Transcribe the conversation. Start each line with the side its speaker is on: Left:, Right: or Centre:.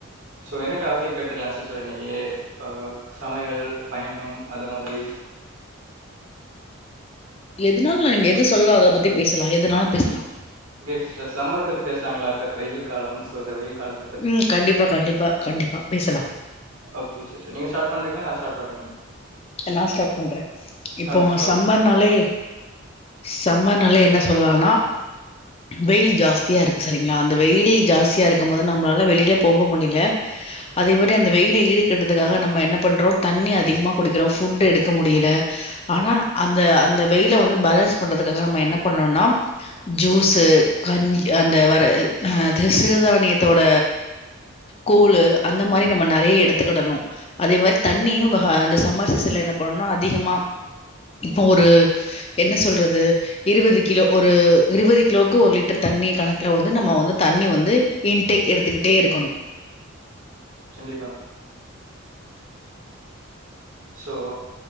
Right: ஸோ என்ன டாபிக் எடுத்துக்லா சிஸ்டர் இன்னக்கி ஆ சமையல் பயணம் அது மாதிரி
Left: எதுனாலு நா இங்க எது சொல்ல அத பத்தி பேசலா எதுனாலு பேசலா
Right: பே சிஸ்டர் சம்மர்பத்தி பேசலாங்ளா இப்ப வெயில் காலம் ஸோ இந்த வெயில் கால
Left: ம் கண்டிப்பா கண்டிப்பா கண்டிப்பா பேசலா
Right: ஓகே சிஸ்டர் நீங்க ஸ்டார்ட் பண்றீங்ளா நா ஸ்டார்ட் பண்ட்டுங்ளா
Left: நா ஸ்டார்ட் பண்றே இப்போ
Right: ஆ ஸ்டார்ட்
Left: சம்மர்னாலே சம்மர்னாலே என்ன சொல்லானா வெயில் ஜாஸ்தியாருக்கு செரிங்ளா அந்த வெயிலி ஜாஸ்தியாருக்கும் போது நம்ளால வெளில போக முடில அதே மாரி அந்த வெயில ஈடுக்கட்றதுக்காக நம்ம என்ன பண்றோ தண்ணி அதிகமாக குடிக்கிறோ ஃபுட்டு எடுக்க முடில ஆனா அந்த அந்த வெயில வந்து பேலன்ஸ் பண்றதுக்காக நம்ம என்ன பண்ணனுனா ஜூஸு கஞ் அந்த வர அ அது சிறுதானியத்தோட கூழு அந்த மாரி நம்ம நறைய எடுத்துக்கிடணு அதே மாரி தண்ணியு வக அந்த அம்மாசிசில என்ன பண்ணணுனா அதிகமா இப்போ ஒரு என்ன சொல்றது இருவது கிலோ ஒரு இருவது கிலோக்கு ஒரு லிட்டர் தண்ணி கணக்குல வந்து நம்ம வந்து தண்ணி வந்து இன்டேக் எடுத்துக்கிட்டே இருக்கணு
Right: கண்டிப்பா சோ